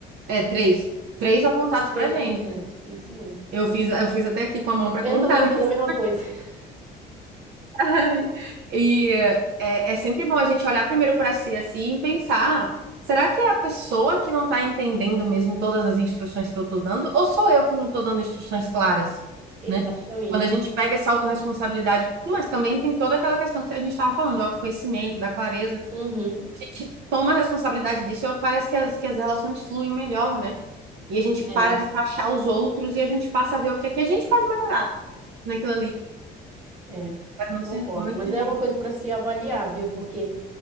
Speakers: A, on the right (about 75°); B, on the right (about 40°).
A: é, três. Três apontados
B: três
A: pra gente.
B: pra gente. Isso mesmo.
A: Eu fiz, eu fiz até aqui com a mão para
B: Eu
A: contar.
B: também fiz
A: mas-
B: a mesma coisa. <laughs>
A: <laughs> E é, é sempre bom a gente olhar primeiro para si assim e pensar, "Ah, será que é a pessoa que não está entendendo mesmo todas as instruções que eu estou dando, ou sou eu que não estou dando instruções claras,
B: Exatamente.
A: né? Quando a gente pega essa autorresponsabilidade, mas também tem toda aquela questão que a gente estava falando, do autoconhecimento, da clareza.
B: Uhum.
A: a gente toma a responsabilidade disso, parece que as, que as relações fluem melhor, né? E a gente
B: É,
A: para de taxar os outros e a gente passa a ver o que é que a gente pode melhorar naquilo ali.
B: é,
A: Faz muito,
B: eu concordo.
A: sen- muito
B: Mas
A: sentido.
B: é uma coisa para se avaliar, viu? Porque